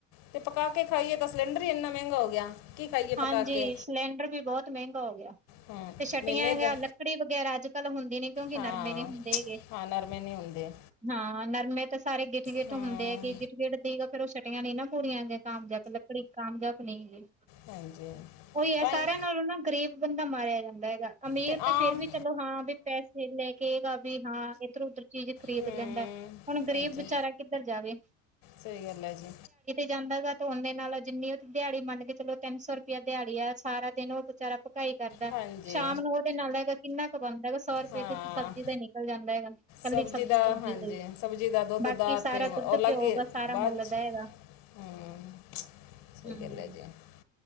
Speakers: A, on the left; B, on the right.
A: ਤੇ ਪਕਾ ਕੇ ਖਾਈਏ ਤਾਂ ਸਲੇਂਡਰ ਈ ਏਨਾ ਮਹਿੰਗਾ ਹੋ ਗਿਆ। ਕੀ ਖਾਈਏ
B: ਹਾਂਜੀ।
A: ਪਕਾ ਕੇ
B: ਸਲੇਂਡਰ ਵੀ ਬਹੁਤ ਮਹਿੰਗਾ ਹੋ ਗਿਆ।
A: ਹਾਂ
B: ਤੇ ਛਟੀਆਂ
A: ਮੈਨੇ
B: ਹੈਗਾ
A: ਦਾ
B: ਲੱਕੜੀ ਵਗੈਰਾ ਅੱਜ ਕੱਲ ਹੁੰਦੀ ਨੀ ਕਿਉਂਕਿ
A: ਹਾਂ
B: ਨਰਮੇ ਨੀ ਹੁੰਦੇ ਹੈਗੇ।
A: ਹਾਂ ਨਰਮੇ ਨਹੀਂ ਹੁੰਦੇ
B: ਹਾਂ ਨਰਮੇ ਤਾਂ ਸਾਰੇ ਗਿੱਠ-ਗਿੱਠ
A: ਹਾਂ
B: ਹੁੰਦੇ ਹੈਗੇ ਗਿੱਠ ਗਿੱਠ ਦੀ ਫੇਰ ਉਹ ਛਟੀਆਂ ਨੇ ਨਾ ਪੂਰੀਆਂ ਦੀਆਂ ਕਾਮਯਾਬ ਲੱਕੜੀ ਕਾਮਯਾਬ ਨਹੀਂ ਹੈ।
A: ਹਾਂਜੀ
B: ਉਹੀ ਹੈ
A: ਤਾਂ
B: ਸਾਰਿਆਂ
A: ਹੀ-
B: ਨਾਲ ਉਹ ਨਾ ਗਰੀਬ ਬੰਦਾ ਮਾਰਿਆ ਜਾਂਦਾ ਹੈਗਾ। ਅਮੀਰ
A: ਤੇ
B: ਤਾਂ
A: ਆਮ
B: ਫੇਰ ਵੀ ਚਲੋ ਹਾਂ ਵੀ ਪੈਸੇ ਲੈ ਕੇਏਗਾ ਵੀ ਹਾਂ ਇਧਰ ਉਧਰ ਚੀਜ਼ ਖਰੀਦ
A: ਹਮ,
B: ਲੈਂਦਾ। ਹੁਣ ਗ਼ਰੀਬ
A: ਹਾਂਜੀ
B: ਵਿਚਾਰਾ ਕਿੱਧਰ ਜਾਵੇ।
A: ਸਹੀ ਗੱਲ ਹੈ ਜੀ।
B: ਜਾਂਦਾ ਗਾ ਤੇ ਉਹਦੇ ਨਾਲ ਜਿੰਨੀ ਉਹ ਦਿਹਾੜੀ ਮੰਨ ਕੇ ਚਲੋ ਤਿੰਨ ਸੌ ਰੁਪਇਆ ਦਿਹਾੜੀ ਆ ਸਾਰਾ ਦਿਨ ਉਹ ਵਿਚਾਰਾ ਭਕਾਈ ਕਰਦਾ,
A: ਹਾਂਜੀ
B: ਸ਼ਾਮ ਨੂੰ ਉਹਦੇ ਨਾਲ ਹੈਗਾ ਕਿੰਨਾ ਕੁ ਬਣਦਾ ਹੈਗਾ ਸੌ ਰੁਪਏ
A: ਹਾਂ
B: ਤੇ ਸਬਜ਼ੀ ਦਾ ਈ ਨਿ ਕਲ ਜਾਂਦਾ ਹੈਗਾ। ਇਕੱਲੀ
A: ਸਬਜ਼ੀ
B: ਸਬਜ਼-ਸੁਬਜ਼ੀ
A: ਦਾ ਹਾਂਜੀ
B: ਲਈ
A: ਸਬਜ਼ੀ ਦਾ ਦੁੱਧ
B: ਬਾਕੀ
A: ਦਾ
B: ਸਾਰਾ
A: ਤੇ ਉਹ
B: ਦੁੱਧ,
A: ਅਲੱਗ
B: ਘਿਓ
A: ਹੀ
B: ਗਾ ਸਾਰਾ
A: ਬਾਅਦ
B: ਮੁੱਲ
A: ਚ
B: ਦਾ ਹੈਗਾ।
A: ਹਮ, <unintelligible>
B: ਹੂੰ